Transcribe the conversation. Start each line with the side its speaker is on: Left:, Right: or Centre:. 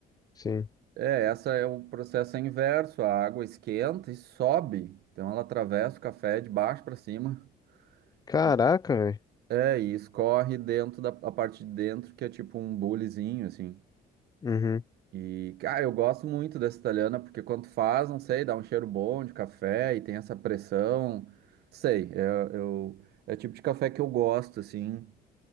Left: Sim.
Right: É, essa é o processo inverso, a água esquenta e sobe. Então ela atravessa o café de baixo para cima.
Left: Caraca,
Right: E-
Left: velho.
Right: É, e escorre dentro da a parte de dentro, que é tipo um bulizinho, assim.
Left: Uhum.
Right: E, cara, eu gosto muito dessa italiana, porque quando faz, não sei, dá um cheiro bom de café e tem essa pressão. Sei, é, eu, é o tipo de café que eu gosto, assim,